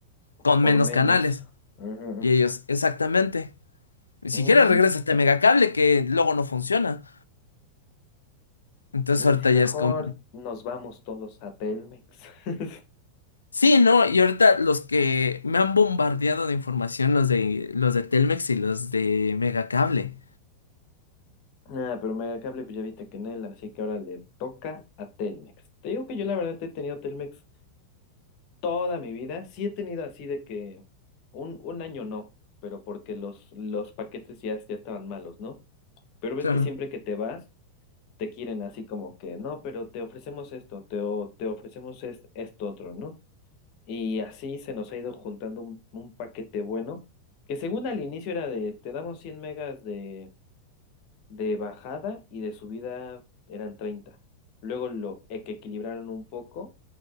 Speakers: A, on the left; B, on the left.
A: con
B: por
A: menos
B: menos.
A: canales.
B: Ujú.
A: Y ellos, exactamente. Ni siquiera
B: Mm,
A: regresa este
B: ta.
A: megacable que luego no funciona. Entonces
B: Y
A: ahorita
B: si
A: ya
B: mejor
A: es como,
B: nos vamos todos a Telmex. <laughs>
A: sí, ¿no? Y ahorita los que me han bombardeado de información, los de los de Telmex y los de Megacable.
B: Nada, pero Megacable, pues ya viste que en él, así que ahora le toca a Telmex. Te digo que yo la verdad he tenido Telmex toda mi vida. Sí he tenido así de que un, un año no, pero porque los, los paquetes ya, ya estaban malos, ¿no? Pero ves
A: Claro.
B: que siempre que te vas, te quieren así como que, no, pero te ofrecemos esto, te, o- te ofrecemos es, esto otro, ¿no? Y así se nos ha ido juntando un, un paquete bueno, que según al inicio era de, te damos 100 megas de, de bajada y de subida eran treinta Luego lo e- que equilibraron un poco,